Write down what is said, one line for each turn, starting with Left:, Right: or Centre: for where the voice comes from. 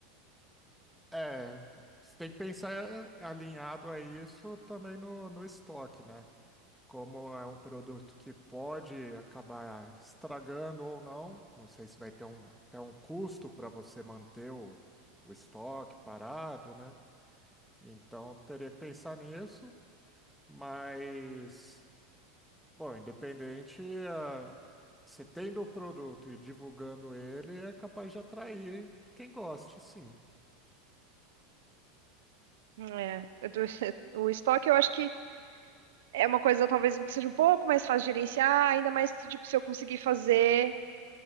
Centre: É, você tem que pensar eh, alinhado a isso também no, no estoque, né? Como é um produto que pode acabar estragando ou não, não sei se vai ter um, até um custo para você manter o, o estoque parado, né? Então teria que pensar nisso, mas, bom, independente, ah, se tendo o produto e divulgando ele, é capaz de atrair quem goste, sim.
Right: hum, é, eu tô- <laughs> o estoque eu acho que é uma coisa talvez que seja um pouco mais fácil de gerenciar, ainda mais se, tipo, se eu conseguir fazer